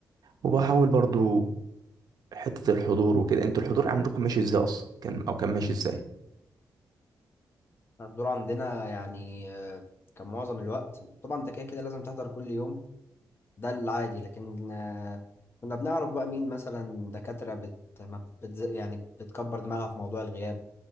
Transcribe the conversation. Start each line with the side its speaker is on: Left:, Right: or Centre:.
Right: وبحاول برضو حته الحضور وكده انتوا الحضور عندكم ماشي ازاي اصلا كان او كان ماشي ازاي
Left: الدور عندنا يعني آه، كان معظم الوقت طبعا انت كده كده لازم تحضر كل يوم ده العادي لكن آه، كنا بنعرف بقى مين مثلا دكاترة بت... ما بت... يعني بتكبر دماغها في موضوع الغياب